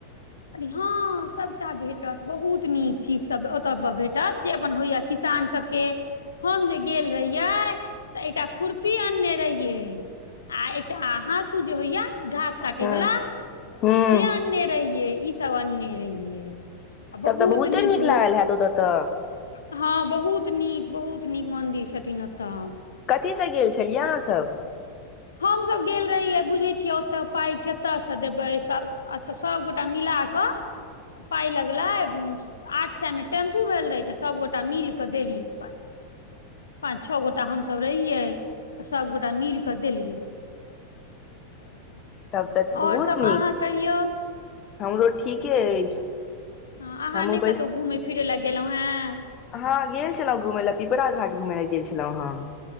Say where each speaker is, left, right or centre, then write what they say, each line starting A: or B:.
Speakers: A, on the left (about 70°); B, on the left (about 30°).
A: हँ सभटा भेटत बहुत नीक चीज सब ओतय पर भेटत जे अपन होइया किसान सबके हम जे गेल रहिये तऽ एकटा खुरपी अनने रहिये आ तऽ आहाँसू जे होइया घास काटे
B: हँ
A: वलाा
B: हूँ
A: से अनने रहियै ई सब अनने रहियै आ
B: तब
A: बहुत
B: तऽ बहुते नीक
A: हो
B: लागल होयैत ओत तऽ
A: हँ बहुत नीक बहुत नीक मन्दिर छथिन ओतऽ
B: कथीसँ गेल छलियै अहाँसभ
A: हम सब गेल रहियै बुझे छियै ओते पाई कतय से देबे अतऽ सबगोटा मिलाक क पाइ लगलै आठ सायमे टेम्पू भेल रहै ते सबगोटा मिलके देलीयै पाइ पाँच छओ गोटा हमसभ रहियै त सबगोटा मिल क देलियै
B: तब तऽ
A: आओर
B: बहुत
A: सब
B: नीक
A: अहाँ कहियौ
B: हमरो ठीके अछि
A: हाँ अहाँ
B: हमहूँ
A: नहि कतहु घूमैय फिरै लए गेलहुँ हेँ
B: हाँ गेल छलहूँ घूमैय लए पिपरा घाट घूमैय लए गेल छलहुँ हँ